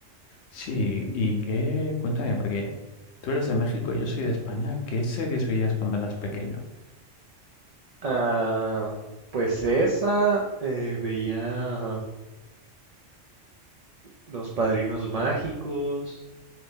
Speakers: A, on the left (about 65°); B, on the right (about 85°).
A: Sí, ¿y qué? Cuéntame, porque tú eres de México y yo soy de España. ¿Qué series veías cuando eras pequeño?
B: Ah, pues esa eh, veía. Los Padrinos Mágicos,